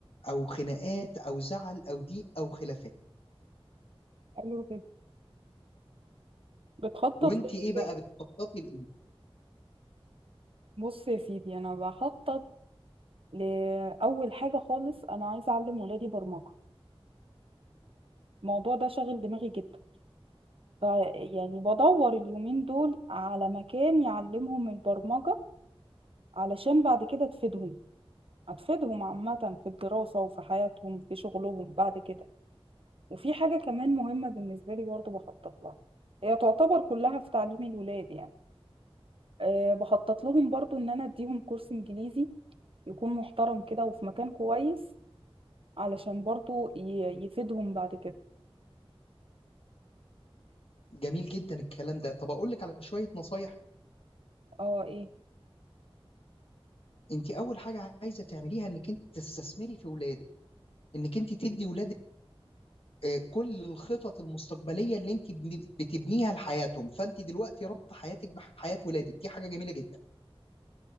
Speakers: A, on the left; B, on the right.
A: او خناقات او زعل او ضيق او خلافات
B: حلو جدا بتخطط
A: وانت
B: ايه
A: ايه بقى
B: تاني؟
A: بتخططي لايه
B: بص يا سيدي انا بخطط لاول حاجه خالص انا عايزه اعلم ولادي برمجه الموضوع ده شاغل دماغي جدا ف- يعني بدور اليومين دول على مكان يعلمهم البرمجه علشان بعد كده تفيدهم هتفيدهم عامه في الدراسه وفي حياتهم في شغلهم بعد كده وفي حاجة كمان مهمة بالنسبة لي برضه بخطط لها هي تعتبر كلها في تعليم الولاد يعني أه بخطط لهم برضه إن أنا أديهم كورس إنجليزي يكون محترم كده وفي مكان كويس علشان برضه ي- يفيدهم بعد كده
A: جميل جدا الكلام ده طب اقول لك على شويه نصايح
B: اه ايه
A: انت اول حاجه عايزه تعمليها انك انت تستثمري في ولادك انك انت تدي ولادك آه، كل الخطط المستقبليه اللي انت بن- بتبنيها لحياتهم فانت دلوقتي ربط حياتك بحياه ولادك دي حاجه جميله جدا